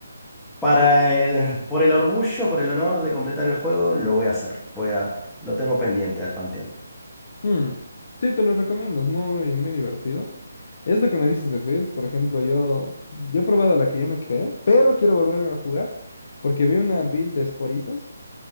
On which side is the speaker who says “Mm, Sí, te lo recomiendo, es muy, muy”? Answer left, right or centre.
Left